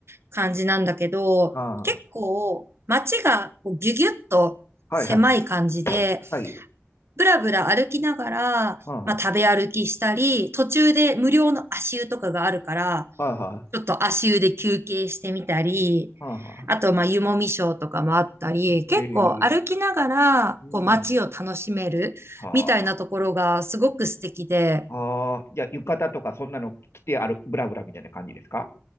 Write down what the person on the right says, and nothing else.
感じなんだけど、
結構街がこうギュギュッと狭い感じで、
ぶらぶら歩きながら、
まあ、食べ歩きしたり、途中で無料の足湯とかがあるから、
ちょっと足湯で休憩してみたり、
あと、まあ、湯もみショーとかもあったり、結構歩きながら、
こう、街を楽しめるみたいなところがすごく素敵で、